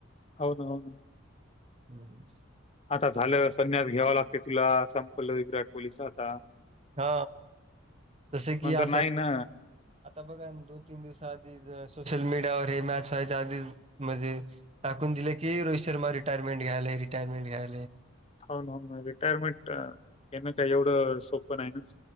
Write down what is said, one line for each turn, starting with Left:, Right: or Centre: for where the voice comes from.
Left: हो ना हो ना.
Right: हम्म.
Left: आता झालं संन्यास घ्यावा लागतं तुला संपलं विराट कोहलीचं आता.
Right: हा जस
Left: नंतर
Right: की असं
Left: नाही ना.
Right: आता बघा त दोन तीन दिवसा आधी सोशल मीडियावर हे मॅच व्हायचे आधीच म्हणजे टाकून दिलं की रोहित शर्मा रिटायरमेंट्याय रिटायरमें घ्याय
Left: हो ना ना रिटायरमेंट येणं का एवढं सोपं आहे ना